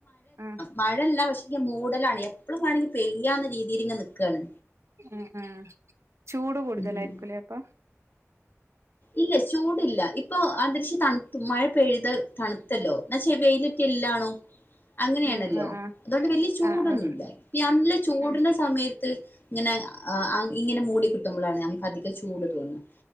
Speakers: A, on the right (about 65°); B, on the left (about 40°).
A: ആ.
B: മഴെല്ല പക്ഷേ എങ്കി മൂടലാണ് എപ്പളും മാണെങ്കി പെയ്യാന്ന രീതിയിലിങ്ങനെ നിക്കാണ്
A: ആഹ് ആഹ് ചൂട് കൂടുതലായിരിക്കൂലേ
B: ഉം
A: അപ്പൊ
B: ഇല്ല ചൂടില്ല ഇപ്പൊ അന്തരീക്ഷം തണുത്ത് മഴ പെയ്ത് തണുത്തല്ലോ എന്നാച്ചേ വെയിലെറ്റ ഇല്ലാണും
A: <inaudible>
B: അങ്ങനെയല്ലല്ലോ
A: ആ ആ
B: അതൊണ്ട് വലിയ ചൂടൊന്നുല്ല.
A: ആ ആ
B: നല്ല ചൂടിന്റെ
A: ആ
B: സമയത്ത് ഇങ്ങനെ ആഹ് ആ ഇങ്ങനെ മൂടി കിട്ടുമ്പളാണ് ഞങ്‌ക്ക് അധികം ചൂട് തോന്നുന്നെ.